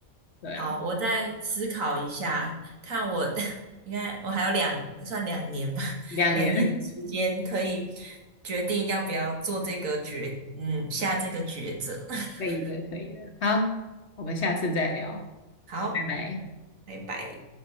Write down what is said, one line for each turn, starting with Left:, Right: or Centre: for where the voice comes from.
Left: 对啊，
Right: 好，我再思考一下，看我 <laughs> 应该我还有两算两年吧，<laughs>
Left: 两年
Right: 两年时间可以
Left: <laughs>
Right: 决定要不要做这个决，嗯，下这个抉择。<laughs>
Left: 可以的，可以的。好，我们下次再聊。
Right: 好，
Left: 拜拜。
Right: 拜拜。